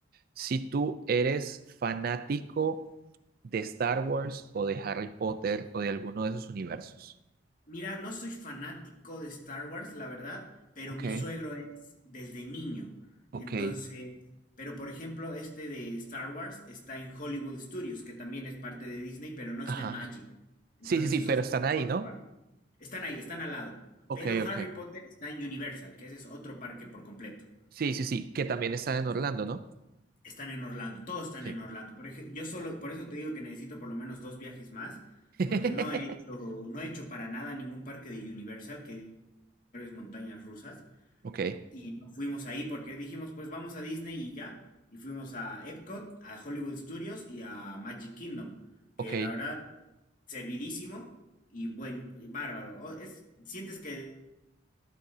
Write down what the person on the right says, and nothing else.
si tú eres fanático de Star Wars o de Harry Potter o de alguno de esos universos.
Ok,
ok.
Ajá.
Sí, sí, sí,
pero
están
ahí,
¿no?
Ok,
ok.
Sí, sí, sí, que también están en Orlando, ¿no?
Sí.
<laughs>
Ok,
ok,